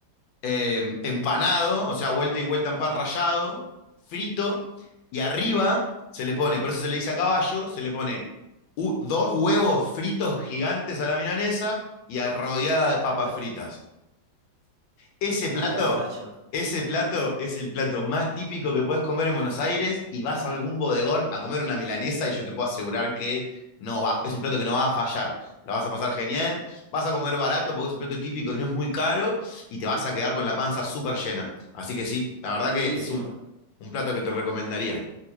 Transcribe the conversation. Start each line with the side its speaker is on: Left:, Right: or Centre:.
Left: eh, empanado, o sea, vuelta y vuelta en pan rallado, frito, y arriba se le pone, por eso se le dice a caballo, se le pone u- dos huevos fritos gigantes a la milanesa y a- rodeada de papas
Right: ¿Ya?
Left: fritas. Ese plato,
Right: A caballo.
Left: ese plato es el plato más típico que puedes comer en Buenos Aires y vas a algún bodegón a comer una milanesa y yo te puedo asegurar que no va, es un plato que no va a fallar. La vas a pasar genial, vas a comer barato porque es un plato típico y no es muy caro y te vas a quedar con la panza súper llena. Así que sí, la verdad
Right: Buenísimo.
Left: que es un, un plato que te recomendaría.